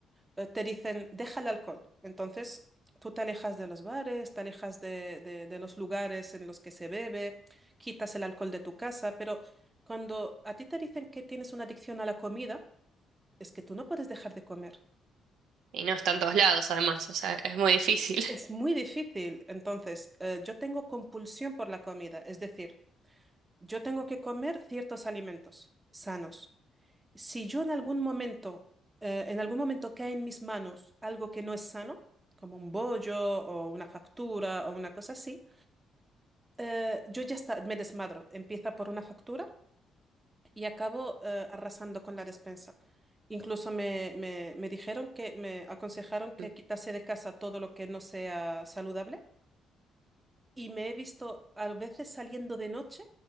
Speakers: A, on the right; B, on the right.
A: eh, te dicen, deja el alcohol. Entonces, tú te alejas de los bares, te alejas de, de- de los lugares en los que se bebe, quitas el alcohol de tu casa, pero cuando a ti te dicen que tienes una adicción a la comida, es que tú no puedes dejar de comer.
B: y no está en todos lados, además, o sea, es muy difícil.
A: Es muy difícil. Entonces, eh, yo tengo compulsión por la comida, es decir, yo tengo que comer ciertos alimentos sanos. Si yo en algún momento, eh, en algún momento cae en mis manos algo que no es sano, como un bollo o una factura o una cosa así, eh, yo ya está, me desmadro. Empieza por una factura y acabo, eh, arrasando con la despensa. Incluso me, me me dijeron que me aconsejaron que
B: <laughs>
A: quitase de casa todo lo que no sea saludable. y me he visto a veces saliendo de noche